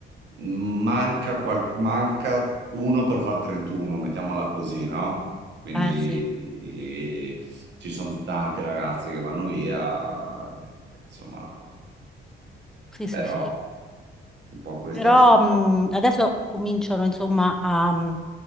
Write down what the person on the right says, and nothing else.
manca, qual- manca uno per far 31, mettiamola così, no? Quindi
eh, ci sono tante ragazze che vanno via, insomma,
però
un po' questa
è la situazione.